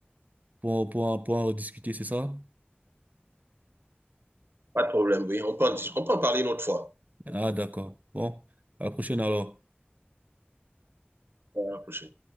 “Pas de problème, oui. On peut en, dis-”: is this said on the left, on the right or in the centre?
Right